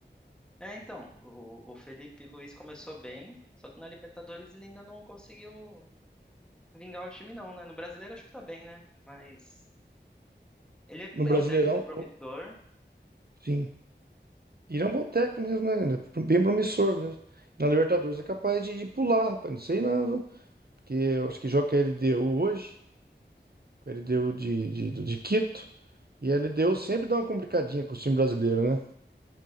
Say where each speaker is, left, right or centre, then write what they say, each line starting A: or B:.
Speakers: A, in the centre; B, on the right.
A: É, então, o, o Felipe Luiz começou bem, só que na Libertadores ele ainda não conseguiu vingar o time não, né? No Brasileiro acho que tá bem, né? Mas ele é,
B: no Brasileirão,
A: é um técnico promissor,
B: sim. Ele é um bom técnico mesmo, né? Ele é bem promissor mesmo. Na Libertadores é capaz de, de pular, rapaz. Não sei não, viu? Porque eu acho que joga a LDU hoje. Ele deu de, de, do- de Quito. E ele deu sempre dá uma complicadinha com o time brasileiro, né?